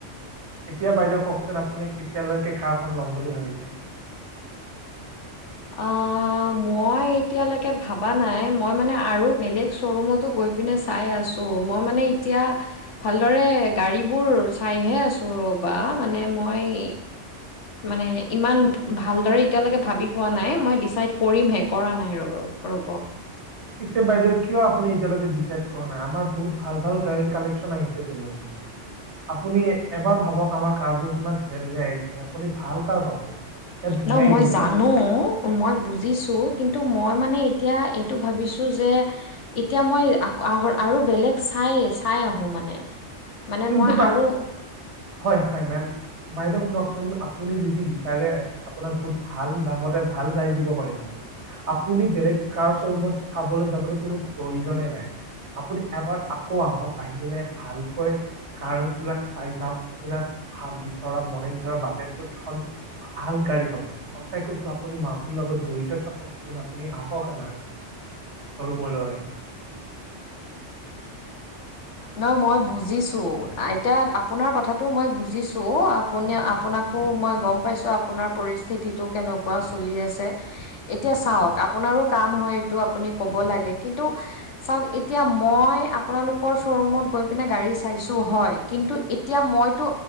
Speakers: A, on the right; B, on the left.
A: এতিয়া বাইদেউ কওকচোন আপুনি কেতিয়ালৈকে কাৰখন ল'ম বুলি ভাবিছে? <inaudible>
B: অ, মই এতিয়ালৈকে ভাবা নাই মই মানে আৰু বেলেগ শ্বৰুমতো গৈ পিনে চাই আছো মই মানে এতিয়া ভালদৰে গাড়ীবোৰ চাইহে আছোঁ ৰবা মানে মই মানে ইমান ভালদৰে এতিয়ালৈকে ভাবি পোৱা নাই মই ডিচাইড কৰিমহে কৰা নাই ৰব ৰ'ব।
A: পিছে বাইদেউ কিয় আপুনি এতিয়ালৈকে ডিছাইড কৰা নাই আমাৰ বহুত ভাল- ভাল গাড়ীৰ কালেকচন আহিছেটো নত <unintelligible> আপুনি এবাৰ ভাবক আমাৰ কাৰবোৰ কিমান ধুনীয়া- ধুনীয়া আহিছে আপুনি ভাল কাৰ পাব। ইয়াত ধুনীয়া
B: ন' মই
A: ইঞ্জিন
B: জানো মই বুজিছোঁ কিন্তু মই মানে এতিয়া এইটো ভাবিছোঁ যে এতিয়া মই আক আৰু বেলেগ চাই- চাই আহো মানে। মানে
A: কিন্তু
B: মই
A: বাই
B: আৰু
A: হয়-হয় মেম। বাইদেউ শুনকচোন আপুনি যদি বিচাৰে আপোনাক বহুত ভাল দামতে ভাল গাড়ী দিব পাৰিম আমি। আপুনি বেলেগ কাৰ শ্ব'ৰুমত চাবলৈ যাবলৈ কোনো প্ৰয়োজনেই নাই। আপুনি এবাৰ আকৌ আহক আহি কিনে ভালকৈ কাৰ বিলাক চাই যাওক আপোনাৰ ভাল বিচৰা মনে বিচৰা বাজেটটোত এখন ভাল গাড়ী পাব। সঁচাই কৈছো আপুনি মাৰতিৰ লগত জড়িত থাককচোন আপুনি আহক এবাৰ। শ্বৰুমলৈ।
B: না মই বুজিছো এতিয়া আপোনাৰ কথাটো মই বুজিছো অ, আপ আপুনি আপোনাকো মই গম পাইছোঁ আপোনাৰ পৰিস্থিতিটো কেনেকুৱা চলি আছে। এতিয়া চাওক আপোনাৰো কাম হয় এইটো আপুনি কব লাগে কিন্তু চাওক এতিয়া মই আপোনালোকৰ শ্ব' ৰুমত গৈ পিনে গাড়ী চাইছো হয় কিন্তু এতিয়া মইতো